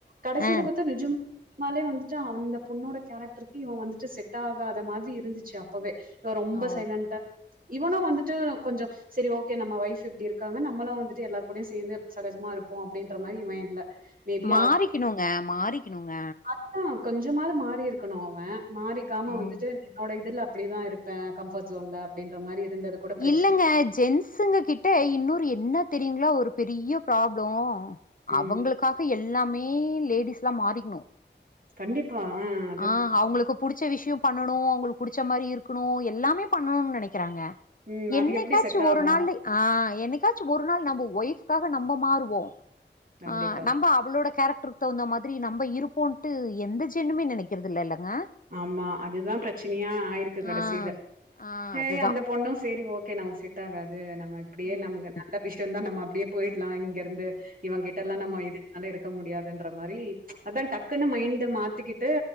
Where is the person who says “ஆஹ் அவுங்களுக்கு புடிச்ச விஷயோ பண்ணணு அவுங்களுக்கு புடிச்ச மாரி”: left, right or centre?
Left